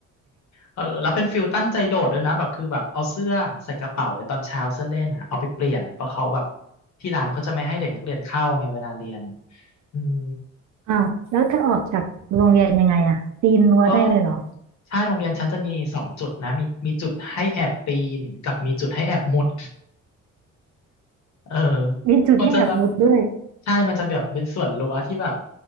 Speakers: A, on the left; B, on the right.
A: เออแล้วเป็นฟิลตั้งใจโดดด้วยนะแบบคือแบบเอาเสื้อใส่กระเป๋าไปตอนเช้าเสื้อเล่นอ่ะเอาไปเปลี่ยนเพราะเขาแบบที่ร้านเขาจะไม่ให้เด็กนักเรียนเข้าไงเวลาเรียนอืม
B: อ่าวแล้วเธอออกจากโรงเรียนยังไงอะปีนรั้วได้เลยเหรอ
A: ก็ใช่โรงเรียนฉันจะมีสองจุดนะมีมีจุดให้แอบปีนกับมีจุดให้แอบมุดเออ
B: มีจุดให้แอบมุดด้วย
A: มันจะแบบใช่มันจะแบบเป็นส่วนรั้วที่แบบ